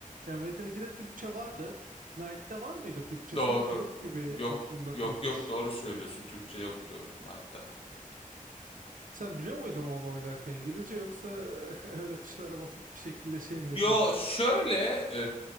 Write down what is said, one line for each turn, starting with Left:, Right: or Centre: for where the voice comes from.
Right: Yani Metin ikide Türkçe vardı. Knight'te var mıydı Türkçe?
Left: Doğru.
Right: Sanki yok gibi
Left: Yok
Right: aklımda
Left: yok
Right: kalmış.
Left: yok doğru söylüyorsun. Türkçe yoktu Knight'ta.
Right: Sen biliyor muydun onu oynarken İngilizce yoksa <laughs> öyle tuşlara basıp bir şekilde şey mi yapıyordun?
Left: Yo şöyle e,